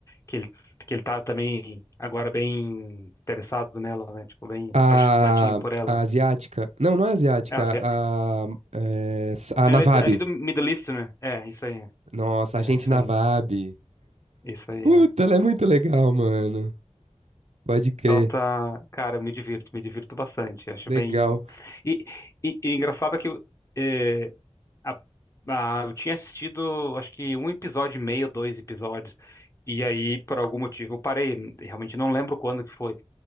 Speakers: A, on the left; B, on the right.
A: que ele que ele tá também agora bem interessado nela, né, tipo bem
B: A,
A: apaixonadinho por ela.
B: a asiática. Não, não é asiática.
A: É a Zé-
B: A, é, s- a
A: Ela
B: Navab.
A: é de- ali do Middle East, né? É, isso aí.
B: Nossa,
A: É,
B: a gente
A: isso
B: Navab.
A: aí. Isso aí.
B: Puta,
A: é.
B: ela é muito legal, mano. Pode crer.
A: Então tá, cara, eu me divirto, me divirto bastante. Acho
B: Legal.
A: bem e, e, e engraçado que é, Ah, ah, eu tinha assistido, acho que um episódio e meio, dois episódios. E aí, por algum motivo, eu parei. Realmente não lembro quando que foi.